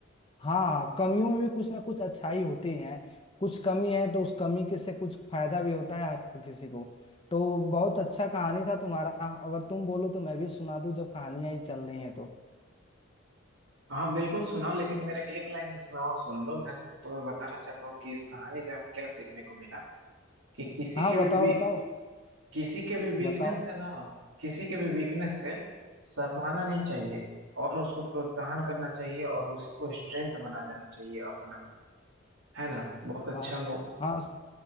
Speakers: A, on the left (about 25°); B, on the right (about 85°).
A: हाँ हाँ, कमियों में भी कुछ ना कुछ अच्छाई होती है कुछ कमी है तो उस कमी के से कुछ फायदा भी होता है हर किसी को तो बहुत अच्छा कहानी था तुम्हारा अगर तुम बोलो तो मैं भी सुना दूं जब कहानियां ही चल रही हैं तो
B: हाँ बिल्कुल सुनाओ लेकिन मेरा एक लाइन इसमें और सुन लो मैं तुम्हें बताना चाहता हूँ कि इस कहानी से हमें क्या सीखने को मिला कि किसी
A: हाँ
B: के
A: बताओ
B: भी वी-
A: बताओ
B: किसी के भी वीकनेस
A: बताओ
B: से ना किसी के भी वीकनेस से शर्माना नहीं चाहिए और उसको प्रोत्साहन करना चाहिए और उसी को स्ट्रेंथ बना देना चाहिए अपना है ना बहुत अच्छा
A: हाँ स-
B: मो
A: हाँ स-